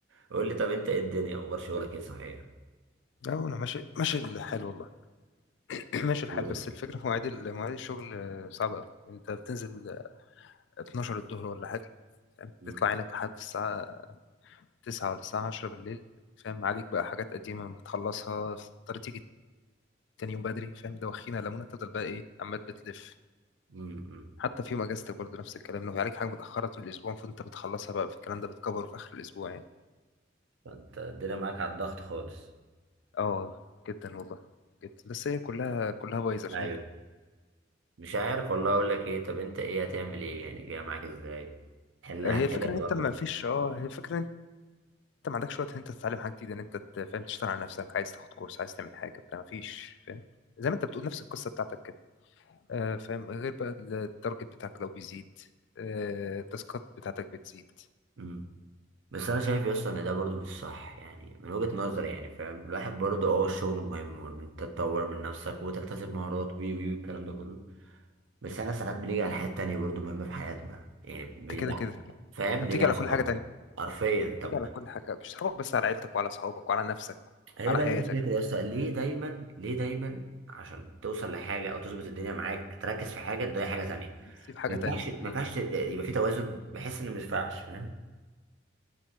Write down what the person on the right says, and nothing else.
قول لي طب انت ايه الدنيا اخبار شغلك ايه صحيح
قول له
طب.
مم.
مم. مم.
فانت الدنيا معاك على الضغط خالص
ايوه مش عارف والله اقول لك ايه طب انت ايه هتعمل ايه يعني جاي معاك ازاي هل
هتحل
الحوار
ده
امم بس انا شايف يا اسطى ان ده برضو مش صح يعني من وجهة نظري يعني فاهم الواحد برضو اه الشغل مهم وان انت تطور من نفسك وتكتسب مهارات وي وي الكلام ده كله بس
احنا ساعات بنيجي على حاجات تانية برضو مهمة في حياتنا يعني بنيجي
على
فاهم
بنيجي
على
صحابنا
حرفيا
طب
هي
بقى
دي الفكرة يا اسطى ليه دايما ليه دايما عشان توصل لحاجة أو تظبط الدنيا معاك تركز في حاجة تضيع حاجة تانية
ما ينفعش
ما
ينفعش ت- يبقى في توازن بحس إن ما ينفعش فاهم